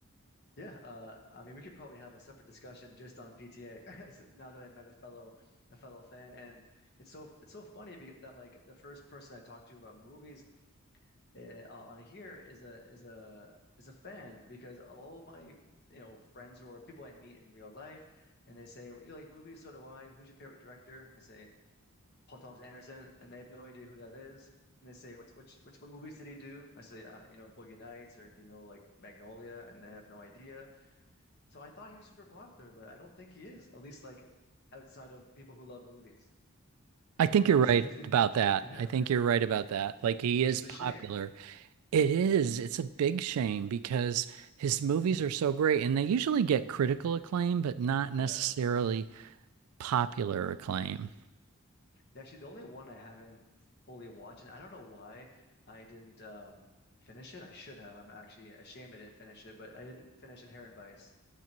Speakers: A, on the left; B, on the right.
A: Yeah. Uh, I mean, we could probably have a separate discussion just on PTA <laughs> now that I've met a fellow a fellow fan, and it's so it's so funny be- that like the first person I talked to about movies uh, on here is a is a is a fan because of all of my you know friends who are people I meet in real life, and they say, "Well, "You like movies? So do I. Who's your favorite director?" I say, Paul Thomas Anderson, and they have no idea who that is. And they say, "What's which which what movies did he do?" I say, uh, "You know, Boogie Nights, or do you know like Magnolia?" And they have no idea. So I thought he was super popular, but I don't think he is. At least like outside of people who love movies.
B: I
A: I don't
B: think
A: know if
B: you're
A: he's
B: right
A: <laughs> if he,
B: about that.
A: yeah,
B: I
A: right.
B: think you're right about that. Like he
A: Which
B: is
A: is
B: popular.
A: a shame.
B: It is. It's a big shame because his movies are so great and they usually get critical acclaim, but not necessarily
A: Yeah.
B: popular acclaim.
A: Actually, the only one I haven't fully watched, and I don't know why I didn't um finish it. I should have. I'm actually ashamed I didn't finish it, but I didn't finish Inherent Vice.